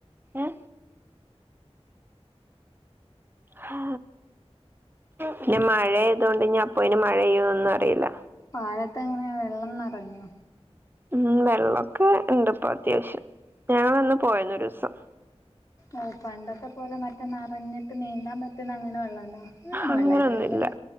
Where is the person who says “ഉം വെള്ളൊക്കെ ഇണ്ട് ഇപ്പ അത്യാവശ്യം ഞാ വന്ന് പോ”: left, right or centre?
Right